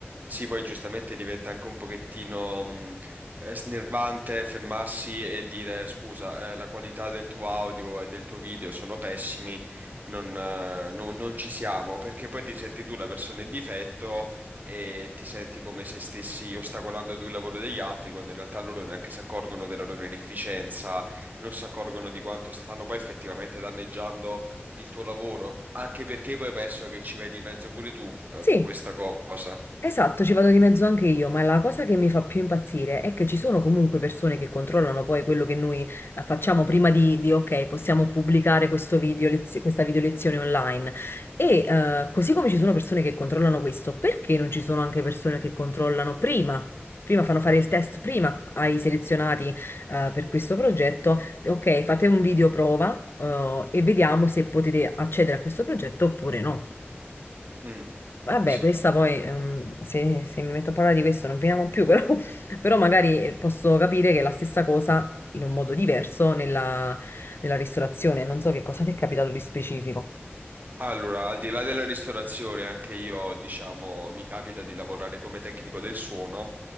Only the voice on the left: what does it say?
Sì,
Esatto, ci vado di mezzo anche io, ma la cosa che mi fa più impazzire è che ci sono comunque persone che controllano poi quello che noi eh, facciamo prima di, di, ok, possiamo pubblicare questo video lezio- questa video lezione online. E eh, così come ci sono persone che controllano questo, perché non ci sono anche persone che controllano prima? Prima fanno fare il test prima ai selezionati eh, per questo progetto. Ok, fate un video prova eh, e vediamo se potete accedere a questo progetto oppure no.
Vabbè,
questa poi, ehm, se, se mi metto a parlare di questo non finiamo più, però, <laughs> però magari eh, posso capire che è la stessa cosa in un modo diverso nella, nella ristorazione. Non so che cosa ti è capitato di specifico,